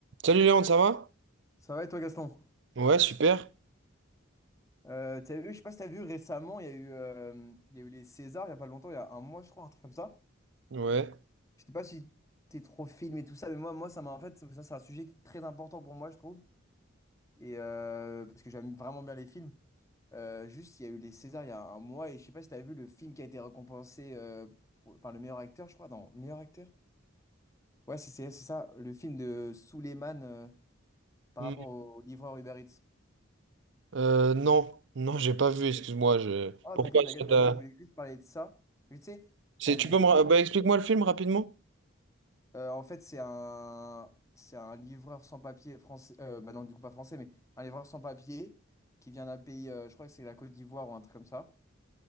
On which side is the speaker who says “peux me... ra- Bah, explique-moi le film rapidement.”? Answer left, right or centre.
Right